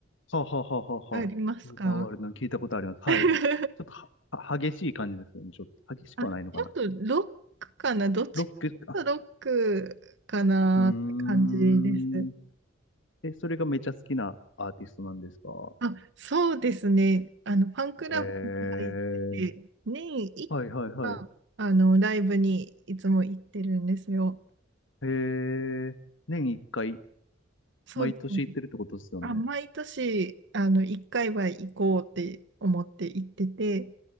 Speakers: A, on the left; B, on the right.
A: はあはあはあはあはあ。
B: ありますか
A: ウーバーワールドの聞いたことあります。はい。
B: <laughs>
A: ちょっとは、は激しい感じですよね。ちょっと、激しくはないのかな。
B: あ、ちょっとロックかな、どっちかというとロックかなって感じです。
A: ロック、あ、うーん。え、それがめちゃ好きなアーティストなんですか
B: あ、そうですね。あの、ファンクラブに入ってて、
A: へえ。
B: 年一回、
A: はいはいはい。
B: あの、ライブにいつも行ってるんですよ。
A: へえ。年一回、
B: そうですね。
A: 毎年行ってるってことですよね。
B: あ、毎年、あの、一回は行こうって思って行ってて、